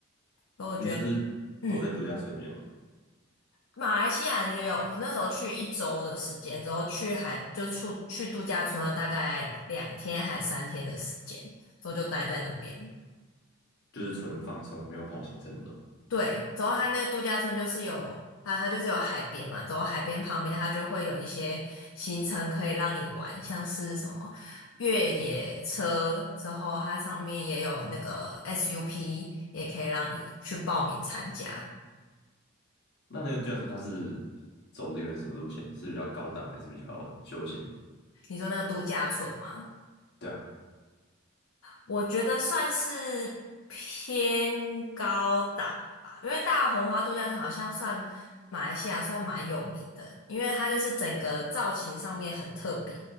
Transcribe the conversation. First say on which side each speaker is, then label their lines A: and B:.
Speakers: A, on the left (about 70°); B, on the left (about 50°).
A: 所以我觉得，
B: 你就是都在度假村里面嘛，
A: 嗯。马来西亚也有，那时候去一周的时间，之后去海就出去度假村了，大概两天还三天的时间，之后就待在那边。
B: 就是纯放松，没有跑行程那种。
A: 对，之后它那个度假村就是有，它它就是有海边嘛，之后海边旁边它就会有一些行程可以让你玩，像是什么越野车，之后它上面也有那个 SUP，也可以让你去报名参加。
B: 那那个度假村它是走这个什么路线？是比较高档还是比较休闲？
A: 你说那个度假村吗？
B: 对啊，
A: 我觉得算是偏高档吧，因为大红花度假村好像算马来西亚算蛮有名的，因为它就是整个造型上面很特别。